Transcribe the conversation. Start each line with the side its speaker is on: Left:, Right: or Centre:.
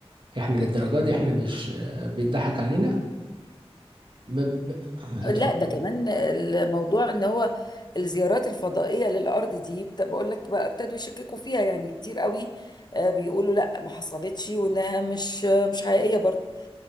Right: احنا للدرجة دي احنا مش آه، بيضحك علينا ب... ب... اتفضل
Left: لا ده كمان الموضوع ان هو الزيارات الفضائيه للارض دي بت- بقول لك بقى ابتدوا يشككوا فيها يعني كتير قوي آه، بيقولوا لا ما حصلتش وانها مش مش حقيقيه برضه